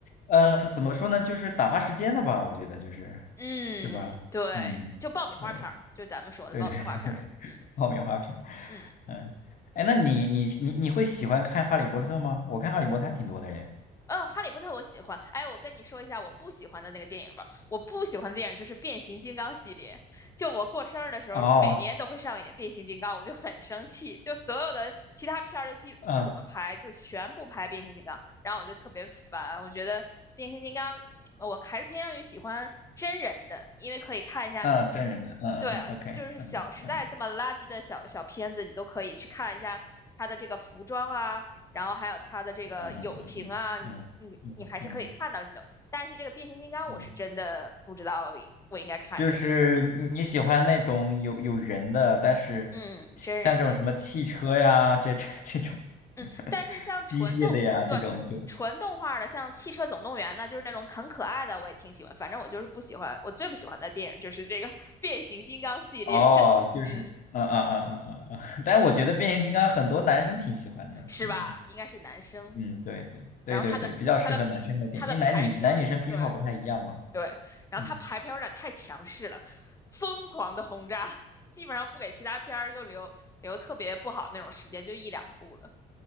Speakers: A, on the left; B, on the left.
A: 嗯、怎么说呢，就是打发时间的吧，我觉得就是，
B: 嗯，
A: 是吧？
B: 对，
A: 嗯，
B: 就爆米花片儿嘛，
A: 对
B: 就咱们说的爆米花片儿，
A: 对对对对对，
B: 嗯
A: 爆米花片，
B: 嗯。
A: 嗯，哎，那你你你你会喜欢看《哈利波特》吗？我看《哈利波特》还挺多的耶。
B: 嗯，哈利波特我喜欢。哎，我跟你说一下我不喜欢的那个电影吧。我不喜欢的电影就是变形金刚系列。就我过生日的时候，
A: 哦，
B: 每年都会上演变形金刚，我就很生气。就所有的其他片儿就记不怎么拍，
A: 嗯
B: 就全部拍变形金刚，然后我就特别烦。我觉得变形金刚，呃我还是偏向于喜欢真人的，因为可以看一下。
A: 嗯，真人的，嗯嗯嗯，OK，
B: 对啊，就是《小时代》这么垃圾的小小片子，
A: 嗯嗯。
B: 你都可以去看一下它的这个服装啊。然后还有他的这个友情啊，
A: 嗯嗯嗯嗯嗯嗯嗯
B: 你你你还是可以看到这种。但是这个变形金刚，
A: 嗯，
B: 我是真的不知道我应该看什么。
A: 就是你喜欢那种有有人的，但是
B: 嗯，真人的，
A: 像这种什么汽车呀，这这这种
B: 嗯，
A: <laughs>
B: 但是像纯动，
A: 机械的呀，
B: 对，
A: 这种就
B: 纯动画的，像《汽车总动员》呢，就是那种很可爱的，我也挺喜欢。反正我就是不喜欢，我最不喜欢的电影就是这个 <laughs> 变形金刚系列，
A: 哦，
B: <laughs>
A: 就是啊啊啊啊啊啊！
B: 嗯，
A: <laughs> 但我觉得变形金刚很多男生挺喜欢的，
B: 是吧？
A: 嗯
B: 应该是男生。
A: 嗯，对对对对对，
B: 然后他的他的
A: 比较适合男生的电影，
B: 他的排片儿，
A: 因为男女男女生偏好不太一样嘛，
B: 对，对，然后他排片儿有点太强势了，
A: 嗯
B: 疯狂的轰炸，<laughs> 基本上不给其他片儿就留留特别不好那种时间，就一两部了。